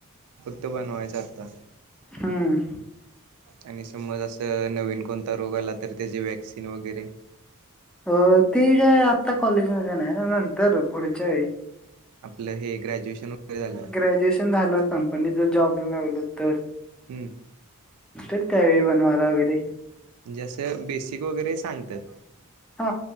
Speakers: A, on the right; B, in the centre.
A: फक्त बनवायचं आता
B: हम्म.
A: आणि समज असं नवीन कोणता रोग आला तर त्याचे व्हॅक्सिन वगैरेऽऽ
B: अ तेी काय आता कॉलेजमध्येध्ये नाई ना,, नंतर पुढच्या वेळी
A: आपलं हे ग्रॅज्युएशन वगैरे झालं
B: ग्रॅज्युएशन झालं कंपनीत जर जॉबला लागलो तर
A: हम्म
B: तर त्यावेळी बनवाला वगैरे
A: जसं बेसिक वगैरे सांगतात.
B: हा,,